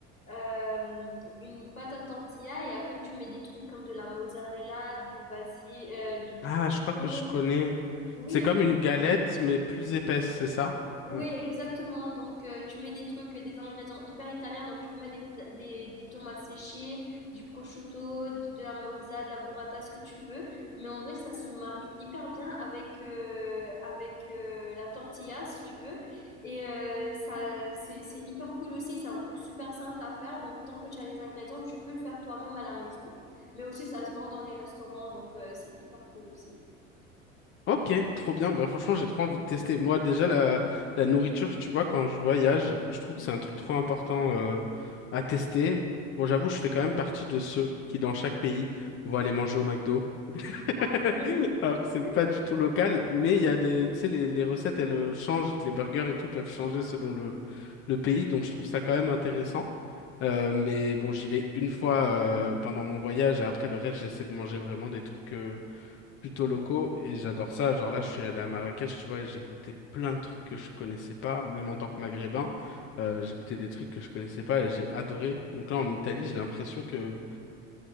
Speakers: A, on the left (about 90°); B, on the left (about 35°).
A: euh, une pâte à tortilla et après tu mets des trucs comme de la mozzarella, du basil, euh, du, du
B: Ah,
A: pesto.
B: je crois que je connais.
A: Oui,
B: C'est comme une galette, mais plus épaisse, c'est ça?
A: Oui,
B: Ouais.
A: exactement. Donc, euh, tu mets des trucs, des ingrédients hyper italiens. Donc, tu peux mettre des, des, des tomates séchées, du prosciutto, de, de la mozza, de la burrata, ce que tu veux. Mais en vrai, ça se marie hyper bien avec, euh, avec euh, la tortilla, si tu veux. Et euh, ça, c'est, c'est hyper cool aussi. C'est un truc super simple à faire. Donc, tant que tu as les ingrédients, tu peux le faire toi-même à la maison. Mais aussi, ça se vend dans les restaurants. Donc, euh, c'est hyper cool aussi.
B: Ok, trop bien. Bah, franchement, j'ai trop envie de tester. Moi, déjà, la, la nourriture, tu vois, quand je voyage, je trouve
A: Mm.
B: que c'est un truc trop important euh, à tester. Bon, j'avoue, je fais quand même partie de ceux qui, dans chaque pays, vont aller manger au McDo. <laughs>
A: Ah bon?
B: Alors que c'est
A: <laughs>
B: pas du tout local, mais il y a des, tu sais, les, les recettes, elles euh, changent, les burgers et tout, ils peuvent changer selon le, le pays, donc je trouve ça quand même intéressant. Euh, mais bon, j'y vais une fois euh, pendant mon voyage et après le reste, j'essaie de manger vraiment des trucs euh, plutôt locaux et j'adore ça. Genre là, je suis allé à Marrakech, tu vois, et j'ai goûté plein de trucs que je connaissais pas, même en tant que Maghrébin, euh, j'ai goûté des trucs que je connaissais pas et j'ai adoré. Donc là, en Italie, j'ai l'impression que